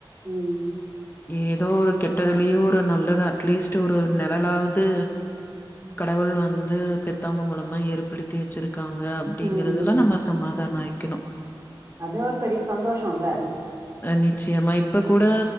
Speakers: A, on the right; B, on the left.
A: ம்
B: ஏதோ ஒரு கெட்டதுலயு ஒரு நல்லது அட்லீஸ்ட் ஒரு நெழலாவது கடவுள் வந்து பெத்தவங்க மூலமா ஏற்படுத்தி வச்சிருக்காங்க அப்டிங்கறதுல்ல
A: ம்
B: நம்ம சமாதானோ ஆயிக்கணு
A: அது ஒரு பெரிய சந்தோஷோல்ல
B: அ நிச்சயமா இப்ப கூட